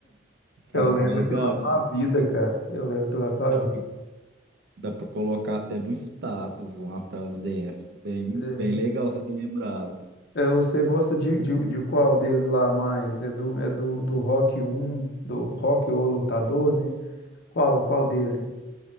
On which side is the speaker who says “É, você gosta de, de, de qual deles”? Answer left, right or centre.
Left